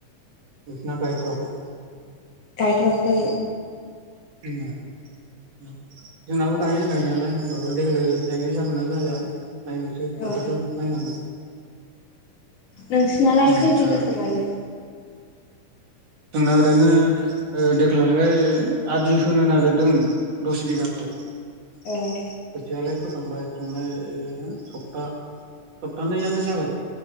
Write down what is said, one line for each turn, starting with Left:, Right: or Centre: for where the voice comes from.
Right: बिसना गायथवाखै
Left: गायथवाखै
Right: ए जोंनाबो गायो गायनायालाय होमबाबो देग्लाय गायनाय जागोनो ज जाया नायनोसै बोथोरखौ
Left: औ
Right: नायनानै
Left: नोंसिनालाय खै
Right: आदसा
Left: बिगासो गायो?
Right: जोंना ओरैनो ओ देग्लायहाय आदि होनो नागिरदों दस बिगाखौ। <inaudible>
Left: उम।
Right: खोथियालाय फोखांबाय थांनाय ओ सप्ता सप्थानैयानो जाबाय।